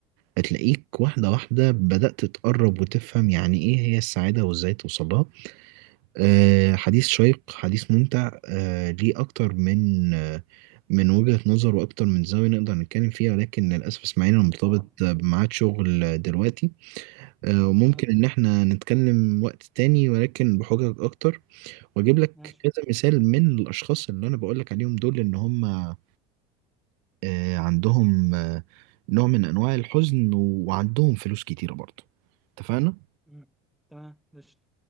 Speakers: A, on the right; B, in the centre.
A: هتلاقيك واحدة واحدة بدأت تقرب وتفهم يعني إيه هي السعادة وإزاي توصلها آه حديث شيق حديث ممتع آه ليه أكتر من آه من وجهة نظر وأكتر من زاوية نقدر نتكلم فيها ولكن للأسف اسماعيل أنا مرتبط
B: طبعا طبعا
A: بميعاد شغل دلوقتي آه، وممكن
B: تمام
A: إن إحنا نتكلم وقت تاني ولكن بحجج أكتر وأجيب لك
B: ماشي
A: كذا مثال من الأشخاص اللي أنا بقول لك عليهم دول إن هم آه، عندهم آه، نوع من أنواع الحزن وعندهم فلوس كتيرة برضه اتفقنا؟
B: مم. تمام قشطة.